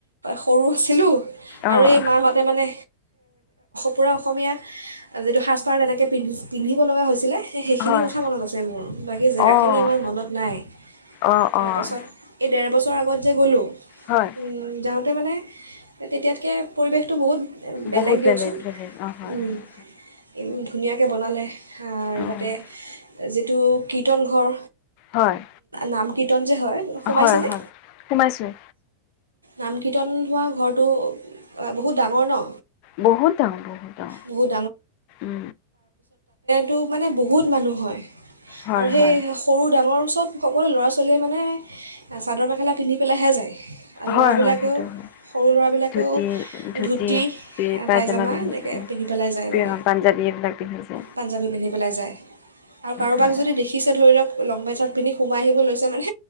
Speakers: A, on the right; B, on the left.
A: সৰু আছিলোঁ
B: অ',
A: আৰু এই মাহঁতে মানে পুৰা অসমীয়া যিটো সাজপাৰ তেনেকৈ পিন্ধ পিন্ধিব লগা হৈছে ছিলে সেই সেইখিনি
B: হয়।
A: কথা মনত আছে মোৰ বাকী জেগাখিনি
B: অ',
A: ইমান মনত নাই
B: অ',
A: তাৰপাছত
B: অ',
A: এই ডেৰ বছৰ ওৰ আত যে গ'লোঁ
B: হয়
A: উম য মানে তেতিয়াতকৈ পৰিৱেশটো বহুত বেলেগ
B: বহুত
A: দিয়কচোন
B: বলেগ বেলেগ অ হয়
A: উম,
B: হয়
A: ইমান ধুনীয়াকৈ বনালে
B: অ'
A: তাতে যিটো কীৰ্তনঘৰ
B: হয়,
A: নাম কীৰ্তন যে হয় সোমাইছেনেে
B: হয়, হয় সোমাইছোঁ
A: নাম কীৰ্তন হোৱা ঘৰটো বহুত ডাঙৰ ন
B: বহুত দ বহুতওঁ
A: বহুত
B: উ
A: টো মানে বহুত মানুহ হয়
B: হয়
A: আৰু সেই
B: হয়
A: সৰু ডাঙৰ ওচৰত সকলো ল'ৰা ছোৱালীয়ে মানে চাদৰ মেখেলা পিন্ধি পেলাইহে যায় ল'ৰাবিলাকেও
B: হয় হয় সেইটো হয়
A: সৰু ল'ৰাবিলাকেও
B: ধুতি ধুতিৰি
A: ধুতি
B: পজামা
A: পায়জামা
B: পিন্ধিছে
A: এনেকৈ পিন্ধি পেলাই যায় মানে
B: পাঞ্জাবী এইবিলাক পিন্ধিছে
A: পাঞ্জাবী পিন্ধি পেলাই যায় আৰু কাৰোবাক
B: হয়
A: যদি দেখিছে ধৰি লওক ল পেট চাৰ্টি পিন্ধি সোমাই আহিব লৈ মানে